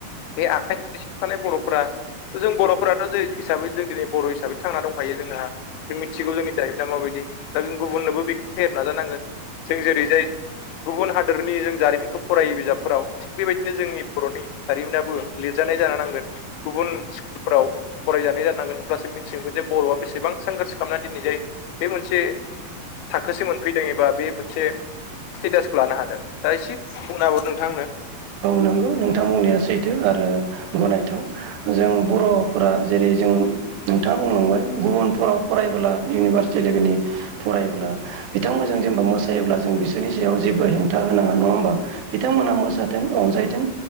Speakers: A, on the left; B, on the right.
A: बे आखाइ <unintelligible> थानाय बर'फोरा जों बर'फोराथ' जेरै हिसाबै जों दिनै बर' हिसाबै थांना दंखायो जोंहा जों मिथिगौ जोंनि दारिमिनना माबायदि दा जों गुबुननोबो बे फेरना जानांगोन जों जेरैजाय गुबुन हादोरनि जों जारिमिनखौ फरायो बिजाबफोराव थिग बेबायदिनो जोंनि बर'नि हारिमिनाबो लिरजानाय जानो नांगोन गुबुन फोराव फरायजानाय जानांगोन अब्लासो मिथिगोन जे बर'आ बेसेबां सोंगोरस खालामनानै दिनै जायो बे मोनसे थाखोसे मोनफैदों एबा बे मोनसे स्टेटासखौ लानो हादों। दा एसे बुंना होबावदो नोंथाङा आंनो
B: औ नंगौ नोंथांबुंनाया सैथो आरो गनायथाव जों बर'फोरा जेरै जों नोंथाङा बुंलांबाय गुबुनफोराव फरायोब्ला इउनिभारसिटि लेभेलनि फरायोब्ला बिथांमोनजों जेनेबा मोसायोब्ला जों बिसोरनि सायाव जेबो हेंथा होनाङा नङा होमबा बिथांमोनहा मोसा दों अनजायदों